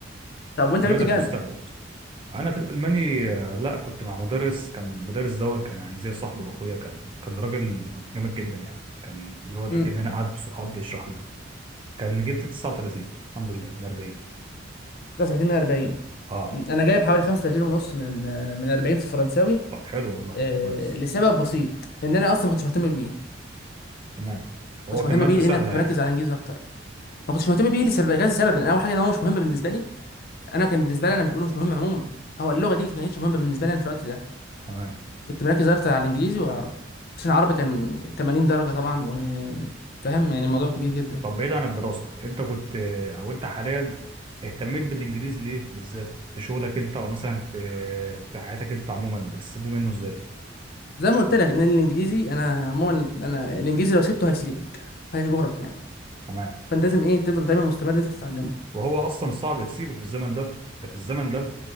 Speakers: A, on the left; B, on the right.
A: طب وانت
B: بيقول
A: جبت
B: لك
A: كام
B: مستقبل انا في الالماني آه، لا كنت مع مدرس كان المدرس دوت كان يعني زي صاحبي واخويا كان كان راجل جامد جدا يعني كان بيقعد
A: امم
B: اكننا قعده صحاب بيشرح لنا كان جبت 39 الحمد لله من 40
A: 33 من 40
B: اه
A: مم. انا جايب حوالي 35 ونص من آه، من 40 في الفرنساوي
B: طب حلو والله
A: آه
B: كويس
A: لسبب بسيط ان انا اصلا ما كنتش مهتم بيه
B: تمام هو
A: كنتش
B: كان
A: مهتم
B: مادة
A: بيه لان
B: سهلة
A: انا كنت
B: يعني
A: مركز على الانجليزي اكتر ما كنتش مهتم بيه لسبب كذا سبب إن اول حاجه ان هو مش مهم بالنسبه لي انا كان بالنسبه لي انا مش بقوله مش مهم عموما هو اللغه دي ما كانتش مهمه بالنسبه لي أنا في الوقت ده
B: تمام
A: كنت مركز اكتر على الانجليزي والعربي عشان العربي كان 80 درجه طبعا وفاهم يعني الموضوع كبير جدا
B: طب بعيد عن الدراسة انت كنت او انت حاليا اهتميت بالانجليزي ليه بالذات في شغلك انت او مثلا في في حياتك انت عموما بتستفيد منه ازاي
A: زي ما قلت لك ان الانجليزي انا عموما انا الانجليزي لو سبته هيسيبك هيجرك يعني
B: تمام
A: فانت لازم ايه تفضل دايما مستمر ان انت تتعلمه
B: وهو اصلا صعب تسيبه في الزمن ده في الزمن ده